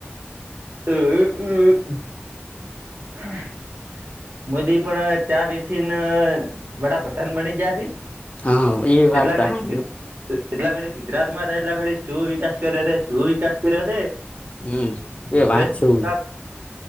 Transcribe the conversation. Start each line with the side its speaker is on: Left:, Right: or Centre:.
Right: <inaudible> <inaudible> <inaudible> મોદી પણ ચા વેચીને વડાપધાન બની ગયા છે.
Left: હા એ વાત
Right: એટલા
Left: તો
Right: ઘડી
Left: હાંસી હો.
Right: એટલા ઘડી ગુજરાતમાં રહેલા ઘડી શું વિકાસ કર્યો છે શું વિકાસ કર્યો છે.
Left: હમ એ વાત
Right: દસ ટકા
Left: છો.